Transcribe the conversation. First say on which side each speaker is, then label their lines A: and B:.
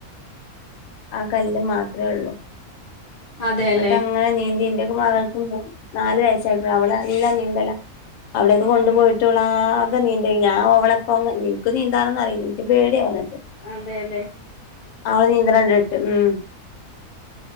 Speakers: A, on the left; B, on the left.
A: ആ കല്ല് മാത്രേ ഒള്ളൂ
B: അതെല്ലേ
A: ന്ന്ട്ട് അങ്ങനെ നീന്തി ഇന്റൊക്കെ മകൾ നാല് വയസ്സായിട്ടൊള്ളു അവള് നല്ല നീന്തലാ അവിടെയൊക്കെ
B: ആഹ്
A: കൊണ്ടുപോയി കുട്ട്യോളാകെ നീന്തേയ് ഞാ ഓവളെപ്പം ഇൻക്ക് നീന്താനൊന്നും അറിയില്ല ഇൻക്ക് പേടിആവ ഇന്നട്ട്.
B: അതെ ലെ?
A: അവള് നീന്തണ കണ്ട്ട്ട് ഉം.